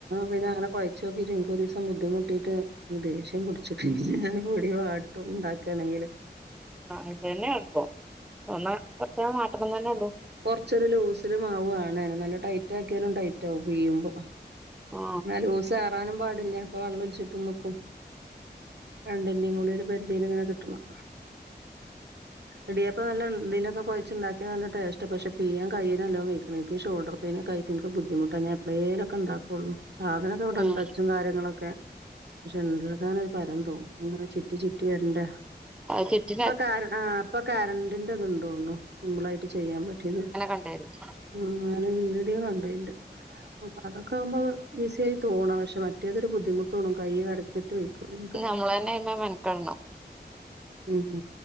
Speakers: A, on the right; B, in the centre.
A: പിന്നെ അങ്ങന കൊയച്ച് നോക്കിട്ട് എനിക്ക് ഒരീസം ബുദ്ധിമുട്ട് കിട്ടീട്ട് ദേഷ്യം പിടിച്ചു പിന്നെ ഞാൻ പൊടി വാട്ടും ഉണ്ടാക്കണെങ്കില്
B: ആ അതന്നെ എളുപ്പം <unintelligible> മാറ്റണം എന്നല്ലേ ഉള്ളൂ
A: കുറച്ചൊരു ലൂസിലും മാവ് വേണേനെ നല്ല ടൈറ്റ് ആക്കിയാലും ടൈറ്റ ആകും പീയുമ്പോ
B: ആ
A: എന്നാ ലൂസാവാനും പാടില്ല അപ്പൊ വെള്ളം ഒലിച്ചിട്ട് നിക്കും രണ്ടിന്റേയും കൂടി ഒരു പരിധിയില് ഇങ്ങനെ കിട്ടണം ഇടിയപ്പം നല്ല ഇന്തതിലൊക്കെ കൊഴച്ചുണ്ടാക്കിയ നല്ല ടേസ്റ്റ് പക്ഷെ പീയാൻ കൈയിന് നല്ലോം ഉപയോഗിക്കണം എനിക്ക്‌ ഷോൾഡറു പിന്നെ കയ്ക്ക് എനിക്ക് ബുദ്ധിമുട്ടാണ് ഞാൻ എപ്പളെലൊക്കെ ഒണ്ടാക്കുള്ളു സാധനൊക്കെ ഇവിടുണ്ട്
B: ഉം
A: അച്ചും കാര്യങ്ങളൊക്കെ പക്ഷെ ഒണ്ടാക്കാനൊരു പരം തോന്നും അങ്ങനെ ചുറ്റി ചുറ്റി വരണ്ടേ
B: ആഹ് കിറ്റി
A: ഇപ്പ ആ ഇപ്പൊ കരണ്ടിന്റെ ഇതുണ്ടോള്ളു സിമ്പിൾ ആയിട്ട് ചെയ്യാൻ പറ്റിയത്
B: ഒണ്ടായിരുന്നു
A: ഉമ് ഞാന് വീഡിയോ കണ്ടയിന്റ അപ്പ അതൊക്കെ ആവുമ്പോ ഈസി ആയി തോണ പക്ഷെ മറ്റ മറ്റേതൊരു ബുദ്ധിമുട്ടണ കൈ കടഞ്ഞിട്ട് വെക്കൂല്ല നക്ക്
B: നമ്മള് തന്നെ അയിമ്മെ മെനക്കെടണം
A: ഉം